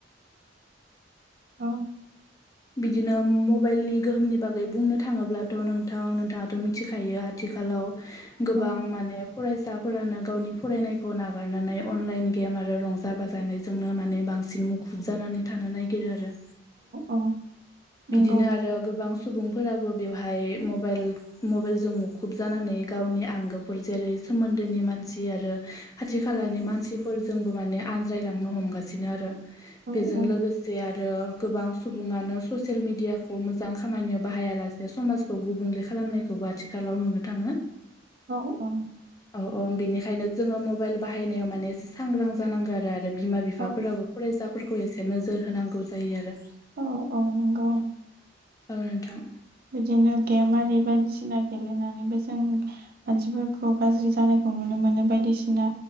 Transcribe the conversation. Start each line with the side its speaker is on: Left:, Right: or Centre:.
Right: औ
Left: बिदिनो मबाइलनि गोहोमनि बागै बुंनो थाङोब्लाथ' नोंथां नोंथाङाथ' मिथिखायो थिखालाव गोबां
Right: औ
Left: माने फरायसाफोरानो गावनि फरायनायखौ नागारनानै अनलाइन गेम आरो रंजा बाजानो जोंनो माने बांसिन मुखुब जानानै थानो नागिरो आरो
Right: औ नंगौ
Left: बिदिनो आरो गोबां सुबुंफोराबो बेवहाय मबाइल मबेलजों मुखुब जानानै गावनि आंगोफोर जेरै सोमोन्दोनि मानसि आरो खाथि खालानि
Right: औ
Left: मानसिफोरजोंबो माने आनज्रायलांनो हमगासिनो आरो
Right: औ
Left: बेजों
Right: औ
Left: लोगोसे आरो गोबां सुबङानो स सेल मिडियाखौ मोजां खामानियाव बाहायालासे समाजखौ गुबुंले खालामनायखौबो आथिखालाव नुनो थाङो
Right: औ औ
Left: औ औ बिनिखायनो जोङो मबाइल बाहायनाया माने सांग्रां जानांगो आरो बे आरो बिमा बिफाफोराबो
Right: औ
Left: फरायसाफोरखौ एसे नोजोर होनांगौ जायो आरो
Right: औ औ नोंगौ
Left: औ नोंथां
Right: बिदिनो गेम आरि बायदिसिना गेलेनानैबो जों मानसिफोरखौ गाज्रि जानायखौ नुनो मोनो बायदिसिना